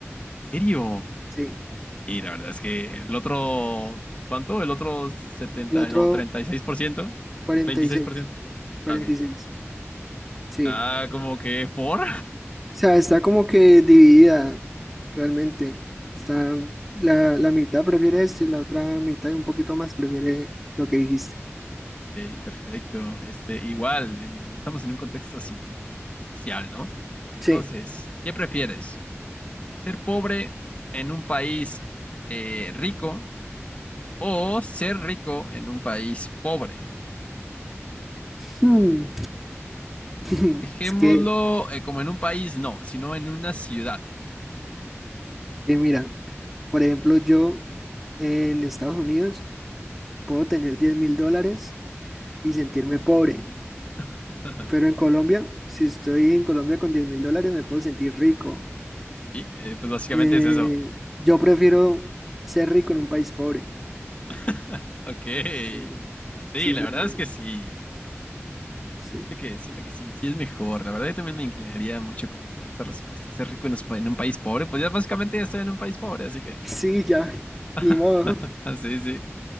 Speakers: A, on the left; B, in the centre.
A: ¿En serio?
B: Sí.
A: Sí, la verdad es que el otro, ¿cuánto? El otro 70,
B: El otro
A: no, 36%, no,
B: cuarenta
A: veintiséis
B: cuarenta y seis,
A: por ciento.
B: cuarenta
A: Ah, ok.
B: y seis. Sí.
A: Está como que por.
B: sea, está como que dividida realmente. Está la, la mitad prefiere esto y la otra mitad y un poquito más prefiere lo que dijiste.
A: Ok, perfecto. Este, igual, en- estamos en un contexto así como que social, ¿no? Entonces,
B: Sí.
A: ¿qué prefieres? ser pobre en un país eh, rico o ser rico en un país pobre.
B: Hmm. <laughs>
A: Dejémoslo
B: Es que,
A: eh, como en un país, no, sino en una ciudad.
B: que mira, por ejemplo, yo en Estados Unidos puedo tener diez mil dólares y sentirme pobre,
A: <laughs>
B: pero en Colombia, si estoy en Colombia con diez mil dólares, me puedo sentir rico.
A: Sí, eh, pues básicamente
B: Eh,
A: es eso.
B: yo prefiero ser rico en un país pobre.
A: <laughs> Ok.
B: Sí,
A: Sí,
B: sí,
A: la
B: prefiero,
A: verdad es que sí.
B: sí.
A: Siento que, siento que sí, sí es mejor. La verdad yo también me inclinaría mucho como por esta respuesta. Ser rico en, un- pa- en un país pobre, pues ya básicamente ya estoy en un país pobre, así que.
B: Sí, ya, ni
A: <laughs>
B: modo.
A: Sí, sí,